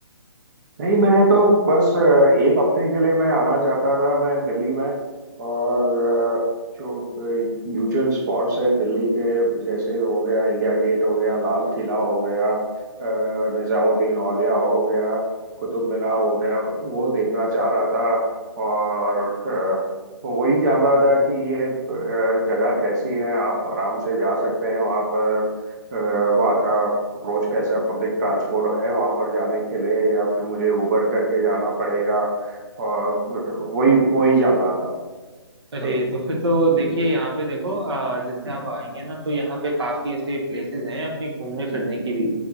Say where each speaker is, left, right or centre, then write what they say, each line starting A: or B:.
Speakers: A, on the right (about 40°); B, on the right (about 65°).
A: नहीं मैं तो बस अ, एक हफ्ते के लिए मैं आना चाहता था मैं दिल्ली में और अ, जो यूजुअल स्पॉट्स है दिल्ली के जैसे हो गया इंडिया गेट हो गया लाल किला हो गया अ, निजामुद्दीन औलिया हो गया कुतुब मीनार हो गया वो देखना चाह रहा था और अ, वही जान रहा था कि ये अ, जगह कैसी है आप आराम से जा सकते हैं वहाँ पर अ, वहाँ का अप्रोच कैसा है, पब्लिक ट्रांसपोर्ट है वहां पर जाने के लिए या फिर मुझे उबर करके जाना पड़ेगा और वही वही जानना था
B: अरे
A: और
B: तो फिर तो देखिए यहाँ पे देखो आ, जैसे आप आएंगे ना तो यहाँ पे काफी ऐसे प्लेसेस हैं अपनी घूमने फिरने की भी